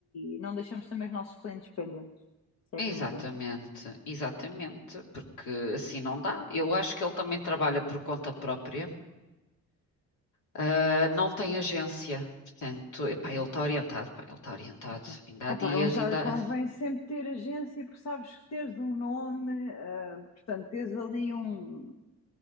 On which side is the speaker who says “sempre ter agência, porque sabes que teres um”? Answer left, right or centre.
Left